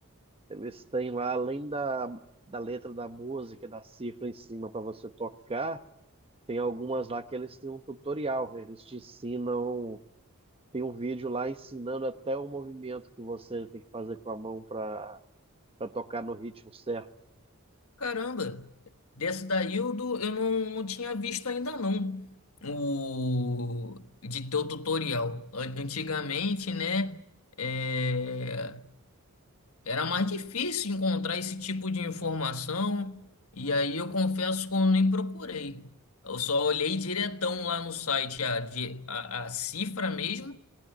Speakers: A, on the right (about 25°); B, on the left (about 75°).
A: Eles têm lá, além da, da letra da música, da cifra em cima para você tocar, tem algumas lá que eles têm um tutorial. Eles te ensinam, tem um vídeo lá ensinando até o movimento que você tem que fazer com a mão para para tocar no ritmo certo.
B: Caramba. Dessa daí eu, do, eu não, não tinha visto ainda não. O de teu tutorial. An- Antigamente, né? eh, Era mais difícil encontrar esse tipo de informação, e aí eu confesso que eu nem procurei. Eu só olhei diretão lá no site a, de- a, a cifra mesmo